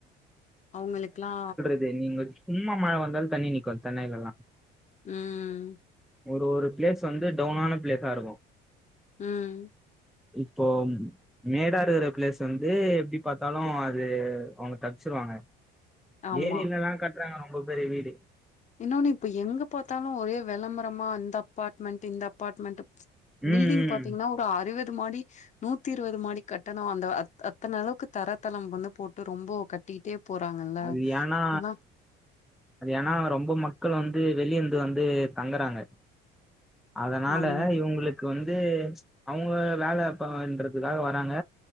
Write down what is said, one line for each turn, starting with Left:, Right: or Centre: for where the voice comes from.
Left: அவ்ங்களுக்கல்லா
Centre: இதே நீங்க சும்மா மழை வந்தாலு தண்ணி நிக்கு சென்னைல எல்லா
Left: ம்
Centre: ஒரு ஒரு பிளேஸ் வந்து டவுனான பிளேஸா இருக்கு
Left: ம்
Centre: இப்போ மேடா இருக்கற பிளேஸ் வந்து எப்டி பாத் தாலு அது அவங்க தப்ச்சிருவாங்க
Left: ஆமா
Centre: ஏரிலெல்லா கட்டுறாங்க ரொம்ப பெரிய வீடு
Left: இன்னொன்னு இப்ப எங்க பாத்தாலு ஒரே வெளம்பரமா அந்த அப்பாட்மெண்ட்டு இந்த அப்பாட்மெண்ட்டு
Centre: ம்
Left: பில்டிங்
Centre: ம்
Left: பாத்தீங்கன்னா ஒரு அறுவது மாடி நூத்தி இருவது மாடி கட்டணோ அந்த அத் அத்தன அளவுக்கு தரத்தளம் வந்து போட்டு ரொம்போ கட்டிட்டே போறாங்கல்ல
Centre: அது ஏனா
Left: ஆனா
Centre: அது ஏன்னா ரொம்ப மக்கள் வந்து வெளிய இருந்து வந்து தங்கறாங்க அதனால
Left: ஆமா
Centre: இவங்களுக்கு வந்து அவங்க வேல பண்றதுக்காக வராங்க